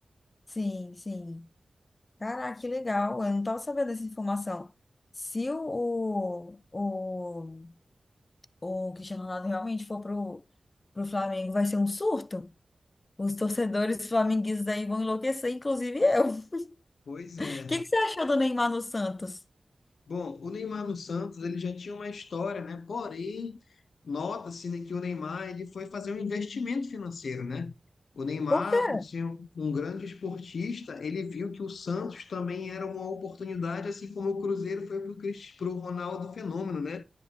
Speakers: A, on the left; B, on the left.
A: Sim, sim. Caraca, que legal. Eu não tava sabendo dessa informação. Se o, o, o, o Cristiano Ronaldo realmente for pro, pro Flamengo, vai ser um surto? Os torcedores flamenguistas aí vão enlouquecer, inclusive eu. <laughs>
B: Pois é.
A: O que que você achou do Neymar no Santos?
B: Bom, o Neymar no Santos, ele já tinha uma história, né? Porém, nota-se, né, que o Neymar ele foi fazer um investimento financeiro, né? O Neymar,
A: Por quê?
B: por ser um um grande esportista, ele viu que o Santos também era uma oportunidade, assim como o Cruzeiro foi para o Ronaldo Fenômeno, né?